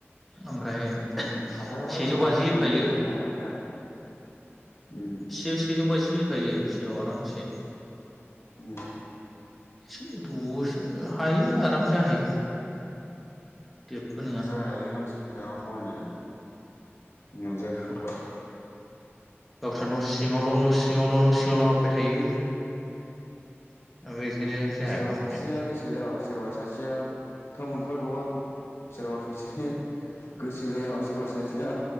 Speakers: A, in the centre; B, on the left.
A: ओमफ्राय सेजौ
B: थाफायाबा जाखाया
A: बाजि होखायो।
B: खामानियानो जाखाया थाफायाबा उम
A: फिसायाव सेजौ बाजि हो खायो फिसायाव आरामसे।
B: उम।
A: दसेनो हायो आरामसे हायो। जेबो नङा
B: जायालाय मानसि गायाव खामानिया नजा खोब्बाय
A: सा न' सिङावल न' सिङाल न' सिङावल हाब्बाय थायो ओमफ्राय बेखायनो जाया
B: सोरबा
A: खामानिया
B: सासेया गोसो जाबा सोरबा सासे सेया थाब ओंखारदवा सोरबा सासे गोसो जायाबा सोरबा सासेया